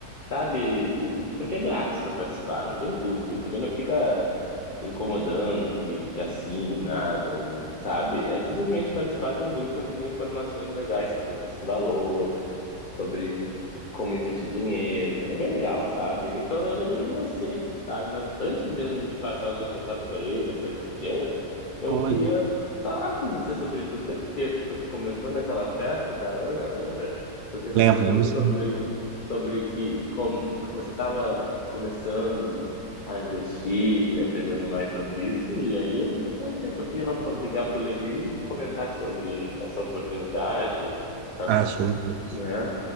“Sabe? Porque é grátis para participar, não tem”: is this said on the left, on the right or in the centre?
Left